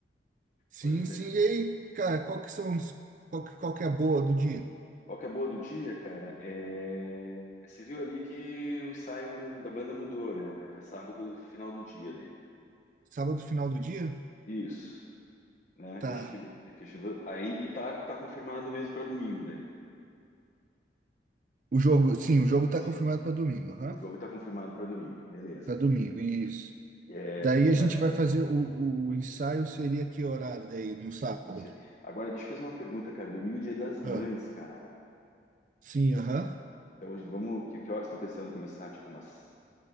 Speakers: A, on the right; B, on the left.
A: Sim,
B: Hoje mesmo.
A: sim. E aí, cara, qual que são os, qual que, qual que é a boa do dia?
B: Qual que é a boa do dia, cara? É... Você viu ali que o ensaio da banda mudou, né? Vai para sábado, final do dia, né?
A: Sábado, final do dia?
B: Isso. né?
A: Tá.
B: Que a gente, que a gente- aí e tá, tá confirmado mesmo para domingo daí.
A: O jogo, sim, o jogo
B: Esse-
A: tá confirmado pra domingo, aham.
B: o jogo tá confirmado para domingo, beleza.
A: Pra domingo, isso.
B: É,
A: Daí
B: tem
A: a gente
B: mais,
A: vai fazer o, o ensaio seria que horário daí no sábado?
B: não sei. Agora deixa eu fazer uma pergunta, cara. Domingo é dia das mães,
A: Ah,
B: cara.
A: sim, aham.
B: Então vamos, que, que horas estão pensando começar? Tipo umas